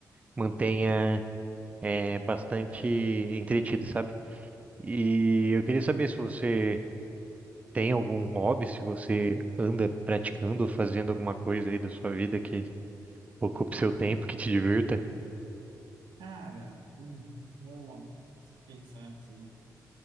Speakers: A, on the right; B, on the right.
A: mantenha é, bastante entretido, sabe? E eu queria saber se você tem algum hobby, se você anda praticando ou fazendo alguma coisa aí da sua vida que Ocupe seu tempo, que te divirta.
B: Cara, um hobby, se pensar assim.